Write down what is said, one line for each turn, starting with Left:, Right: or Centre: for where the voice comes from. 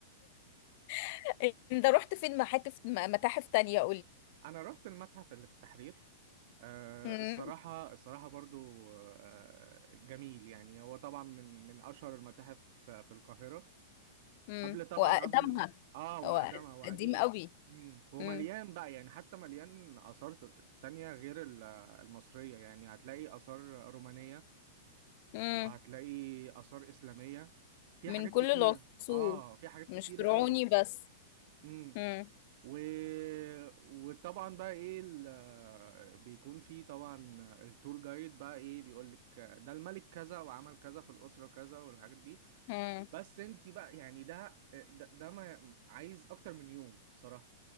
Left: <laughs> انت رحت فين محاتف متاحف تانية
Right: انا رحت المتحف اللي في التحرير آه
Left: قولي
Right: الصراحة الصراحة برضو آه جميل يعني هو طبعا من من أشهر المتاحف في القاهرة
Left: امم
Right: قبل طبعا
Left: واقدمها
Right: قبل اه وقدمها
Left: هو
Right: وقديم
Left: قديم قوي
Right: امم ومليان
Left: امم
Right: بقى يعني حتى مليان آثار ت- تانية غير ال- المصرية يعني هتلاقي آثار رومانية
Left: امم
Right: وهتلاقي آثار إسلامية في
Left: من
Right: حاجات
Left: كل
Right: كتيرة
Left: العصور
Right: اه في حاجات
Left: مش
Right: كتيرة
Left: فرعوني
Right: قوي
Left: بس
Right: امم
Left: امم
Right: و... وطبعا بقى ايه ال... بيكون في طبعا التور جايد بقى ايه بيقول لك ده الملك كذا وعمل كذا في الأسرة كذا والحاجات دي
Left: امم
Right: بس انت بقى يعني ده ده, ده ما عايز اكتر من يوم صراحة